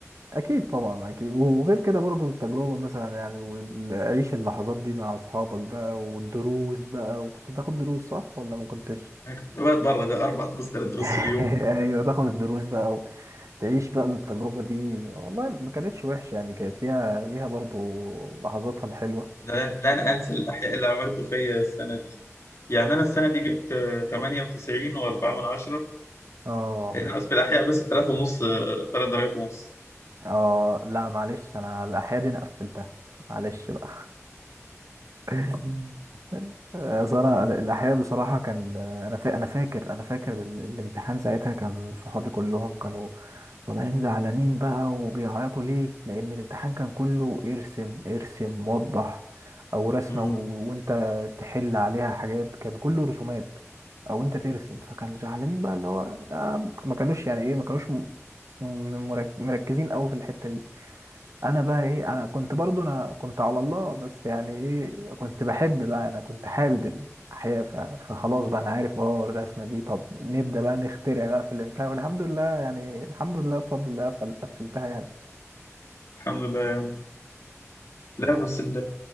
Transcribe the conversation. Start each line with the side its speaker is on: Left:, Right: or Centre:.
Right: اكيد طبعا اكيد وغير كده برضو التجربه مثلا يعني وعيش اللحظات دي مع اصحابك بقى والدروس بقى وكنت بتاخد دروس صح ولا ما كنتش
Left: انا كنت بقعد بره ده اربع دروس ثلاث
Right: <laughs>
Left: دروس في اليوم
Right: ايوه تاخد الدروس بقى وتعيش بقى التجربه دي والله ما كانتش وحشه يعني كانت ليها ليها برضو لحظاتها الحلوه
Left: انا لن لن انسى الاحياء اللي عملته فيا السنه دي يعني انا السنه دي جبت آه، 98 و4 من 10
Right: اه
Left: ناقص في الاحياء بس 3 ونص 3 درجات ونص
Right: اه لا معلش انا الاحياء دي انا قفلتها معلش بقى <laughs> آه، صراحة الأحياء بصراحة كان آه، أنا فا... أنا فاكر أنا فاكر ال- الامتحان ساعتها كان صحابي كلهم كانوا طالعين زعلانين بقى وبيعيطوا ليه؟ لأن الامتحان كان كله ارسم ارسم وضح أو رسمة
Left: امم
Right: و... وأنت تحل عليها حاجات كان كله رسومات أو أنت ترسم فكانوا زعلانين بقى اللي هو آه، ما كانوش يعني إيه ما كانوش م... م- مرك- مركزين أوي في الحتة دي انا بقى ايه انا كنت برضو انا كنت على الله بس يعني ايه كنت بحب بقى انا كنت حابب الاحياء ف- فخلاص بقى انا عارف اه الرسمه دي طب نبدا بقى نخترع بقى في الانتهاء والحمد لله يعني الحمد لله بفضل الله قفل- قفلتها يعني
Left: الحمد لله لا بس ال